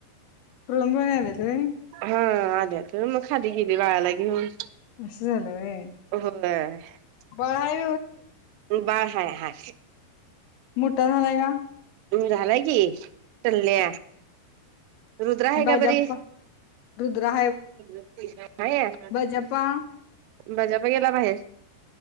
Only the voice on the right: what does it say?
ह आल्यात म खाली गेली बाळाला घीऊन.
<unintelligible>
बाळ हाय हाय
कमी झालाय की टल्या रुद्र आहे का
परी?
नाईये.
बजापा गेला भायेर